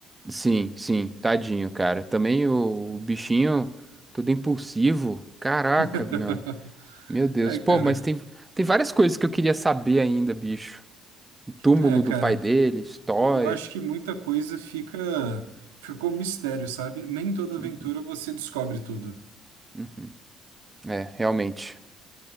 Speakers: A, on the right (about 15°); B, on the right (about 80°).
A: Sim, sim, tadinho, cara. Também o, o bichinho todo impulsivo. Caraca,
B: <laughs>
A: meu, meu Deus.
B: É,
A: Pô,
B: cara.
A: mas tem, tem várias coisas que eu queria saber ainda, bicho. O túmulo
B: É, cara.
A: do pai dele, história.
B: Eu acho que muita coisa fica ficou um mistério, sabe? Nem toda aventura
A: Hum,
B: você descobre tudo.
A: uhum. É, realmente.